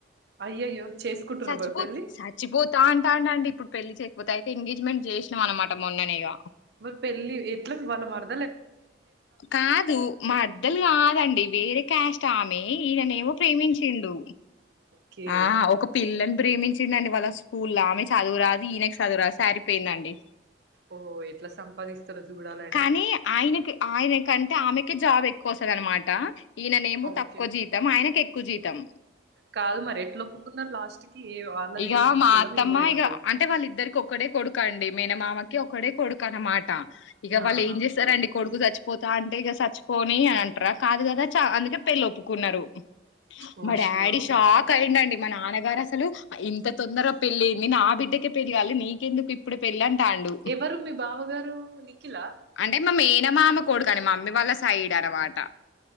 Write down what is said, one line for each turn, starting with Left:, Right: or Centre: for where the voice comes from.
Right: అయ్యయ్యో చేసుకుంటుర్రా
Left: సచ్చిపోతు
Right: మరి పెళ్ళి
Left: సచ్చిపోతా అంటా అంటండి ఇప్పుడు పెళ్లి చే పోతే అయితే ఎంగేజ్ మెంట్ చేసినాం అనమాట మొన్ననే ఇగ
Right: మరి పెళ్లి ఎట్లా వాళ్ మర్
Left: కాదు మర్దల్ కాదండి వేరే క్యాస్ట్ ఆ మె ఈయననేమో ప్రేమించిండు
Right: కే
Left: ఆ ఒక పిల్లని ప్రేమించిండండి వాళ్ళ స్కూల్లో ఆమె చదువురాదు ఈయనెకి చదువురాదు సరిపోయిందండి
Right: ఓ ఎట్లా సంపాదిస్తారో చూడాలండి
Left: కానీ
Right: మరి
Left: ఆయనకి ఆయనకంటే ఆమె కి జాబ్ ఎక్కువ వస్తది అనమాట ఈయననేమో
Right: ఓకే
Left: తక్కువ జీతం ఆయనకి ఎక్కువ జీతం
Right: కాదు మరి ఎట్ల ఒప్పుకున్నారు లాస్ట్ కి ఏ వాళ్ళదేం
Left: ఇగ మా
Right: కులం
Left: అత్తమ్మ
Right: వీళ్ళదేం
Left: ఇగ
Right: కులం
Left: అంటే వాళ్ళిద్దరి కొక్కడే కొడుకు అండి మేన మామకి ఒక్కడే కొడుకు అనమాట ఇగ వాళ్ళు
Right: ఆహా
Left: ఏం చేస్తరుఅండి కొడుకు చచ్చిపోతా అంటే ఇగ చచ్చిపోని అని అంట్రా కాదు గదా చ అందుకే పెళ్ళి ఒప్పుకున్నారు
Right: ఓ
Left: మా డాడీ
Right: శివ అవునా
Left: షాక్ అయిండండి మా నాన్నగారు అసలు ఇంత తొందరగా పెళ్ళేంది నా బిడ్డకే పెళ్లిగాలే నీకెందుకు ఇప్పుడే పెళ్ళి అం టాండు
Right: ఎవరు మీ బావగారు నిఖిలా
Left: అంటే మా మే న మామ కొడుకని మమ్మీ వాళ్ళ సైడ్ అనమాట